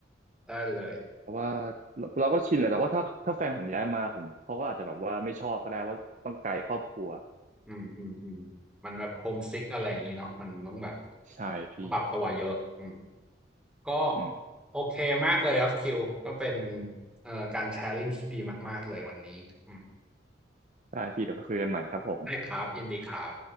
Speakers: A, in the centre; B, on the right.
A: ได้เลย
B: เพราะว่าเราเราก็ชินแหละแต่ว่าถ้าถ้าแฟนผมย้ายมาผมเขาก็อาจจะแบบว่าไม่ชอบก็ได้ว่าต้องไกลครอบครัว
A: อืมอืมอืมมันแบบโฮมซิกอะไรอย่างนี้เนาะมันต้องแบบ
B: ใช่พี่
A: ปรับตัวเยอะอืม ก็
B: อืม
A: โอเคมากเลยครับคิวก็เป็นเอ่อการแชร์ลิงที่ดีมากๆเลยวันนี้อืม
B: ได้พี่เดี๋ยวไปคุยกันใหม่ครับผม
A: ได้ครับยินดีครับ